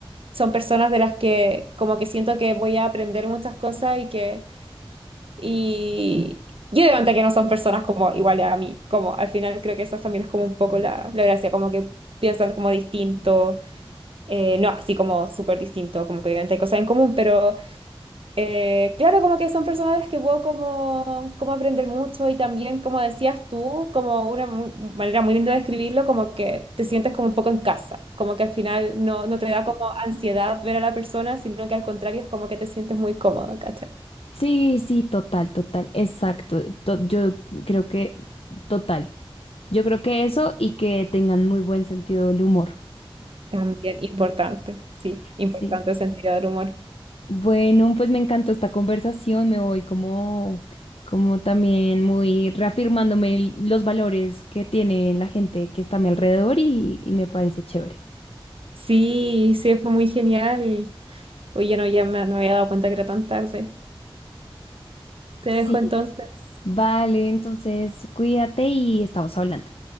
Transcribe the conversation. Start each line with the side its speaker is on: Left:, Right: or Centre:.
Right: son personas de las que como que siento que voy a aprender muchas cosas y que, y, y obviamente que no son personas como iguales a mí, como al final creo que esa también es como un poco la, la gracia, como que piensan como distinto, eh, no así como súper distinto, como que obviamente hay cosas en común, pero Eh, claro, como que son personas de las que puedo como, como aprender mucho y también, como decías tú, como una mu- manera muy linda de describirlo, como que te sientes como un poco en casa, como que al final no, no te da como ansiedad ver a la persona, sino que al contrario es como que te sientes muy cómodo, ¿cachai?
Left: Sí, sí, total, total, exacto. to- yo creo que, total. Yo creo que eso y que tengan muy buen sentido del humor.
Right: También importante, sí, importante
Left: Sí.
Right: el sentido del humor.
Left: Bueno, pues me encantó esta conversación, me voy como, como también muy reafirmándome el- los valores que tiene la gente que está a mi alrededor y, y me parece chévere.
Right: Sí, sí, fue muy genial. Oye, no, ya me, no me había dado cuenta que era tan tarde. Te
Left: Sí.
Right: dejo entonces.
Left: Vale, entonces cuídate y estamos hablando.